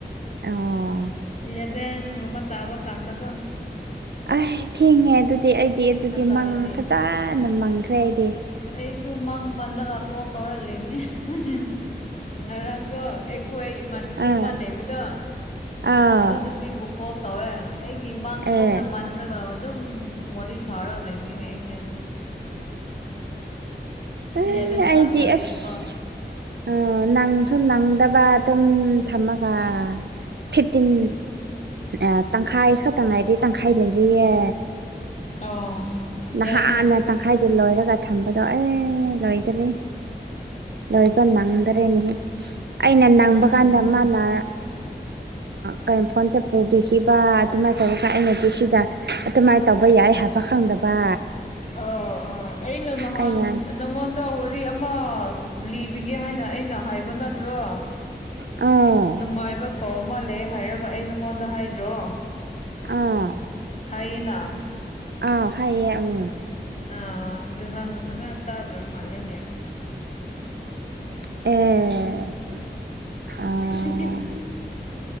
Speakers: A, on the right; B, on the left.
A: ꯑꯣ
B: ꯂꯦꯞ ꯂꯦꯟꯒꯨꯝꯕ ꯇꯥꯕ ꯀꯥꯟꯗ ꯀꯣ
A: ꯑ ꯊꯦꯡꯉꯦ ꯑꯗꯨꯗꯤ ꯑꯩꯗꯤ ꯑꯗꯨꯗꯤ
B: ꯇꯥꯔꯗꯤ
A: ꯃꯪ ꯐꯖꯥꯅ ꯃꯪꯈ꯭ꯔꯦ ꯑꯩꯗꯤ
B: ꯑꯩꯁꯨ ꯃꯪ ꯃꯜꯂꯒ ꯀꯣꯜ ꯇꯧꯔ ꯂꯩꯕꯅꯤ ꯍ ꯍ ꯎꯝ ꯉꯔꯥꯡꯗꯣ ꯑꯩꯈꯣꯏ ꯏꯃꯥꯟꯅꯕꯤ
A: ꯑꯥ
B: ꯑꯃ ꯂꯩꯕꯗꯣ
A: ꯑꯥ
B: ꯑꯗꯨ ꯅꯨꯄꯤꯕꯨ ꯀꯣꯜ ꯇꯧꯋꯦ ꯑꯩꯒꯤ ꯃꯪꯒꯨꯝꯅ
A: ꯑꯦ
B: ꯃꯟꯗ꯭ꯔꯒ ꯑꯗꯨꯝ ꯋꯥꯔꯤ ꯁꯥꯔ ꯂꯩꯕꯅꯤꯅꯦ ꯑꯩꯁꯦ
A: ꯑꯦ
B: ꯏꯂꯚꯦꯟ
A: ꯑꯩꯗꯤ
B: ꯇꯥꯈ꯭ꯔꯕꯒꯤꯀꯣ
A: ꯑꯁ ꯑꯥ ꯅꯪꯁꯨ ꯅꯪꯗꯕ ꯑꯗꯨꯝ ꯊꯝꯃꯒ ꯐꯤꯐꯇꯤꯟ ꯑꯥ ꯇꯪꯈꯥꯏ ꯈꯛꯇꯪ ꯉꯥꯏꯔꯤ ꯇꯪꯈꯥꯏ ꯂꯩꯔꯤꯌꯦ
B: ꯑꯣ
A: ꯅꯍꯥꯟꯅ
B: ꯌꯥꯏꯅꯦ ꯑꯗꯨꯗꯤ
A: ꯇꯪꯈꯥꯏꯗ ꯂꯧꯔꯒ ꯊꯝꯕꯗꯣ ꯑꯦ ꯂꯣꯏꯗꯔꯤ ꯂꯣꯏꯕ ꯅꯪꯗꯔꯦꯅꯦꯍꯦ ꯑꯩꯅ ꯅꯪꯕ
B: ꯎꯝ
A: ꯀꯥꯟꯗ ꯃꯥꯅ ꯀꯩꯅꯣ ꯐꯣꯟꯁꯦ ꯄꯨꯕꯤꯈꯤꯕ ꯑꯗꯨꯃꯥꯏꯅ ꯇꯧꯔꯒ ꯑꯩꯅꯗꯤ ꯁꯤꯗ ꯑꯗꯨꯃꯥꯏꯟ ꯇꯧꯕ ꯌꯥꯏ ꯍꯥꯏꯄ ꯈꯪꯗꯕ
B: ꯑꯣ ꯑ ꯑꯩꯩꯅ ꯅꯍꯥꯟ
A: ꯑꯩꯅ
B: ꯅꯪꯉꯣꯟꯗ ꯋꯥꯔꯤ ꯑꯃ ꯂꯤꯕꯤꯒꯦ ꯍꯥꯏꯅ ꯑꯩꯅ ꯍꯥꯏꯕ ꯅꯠꯇ꯭ꯔꯣ
A: ꯑꯥ
B: ꯅꯨꯡꯉꯥꯏꯕ ꯄꯥꯎ ꯑꯃ ꯂꯩꯌꯦ ꯍꯥꯏꯔꯒ ꯑꯩ ꯅꯪꯉꯣꯟꯗ ꯍꯥꯏꯗ꯭ꯔꯣ
A: ꯑꯥ
B: ꯍꯥꯏꯌꯦꯅ
A: ꯑꯥ ꯍꯥꯏꯌꯦ ꯑꯝ
B: ꯑꯥ ꯑꯗꯨ ꯅꯪ ꯐꯖꯅ ꯇꯥꯗ꯭ꯔꯕ ꯃꯥꯜꯂꯦꯅꯦ
A: ꯑꯦ ꯑꯥ
B: ꯍꯤ ꯍꯤ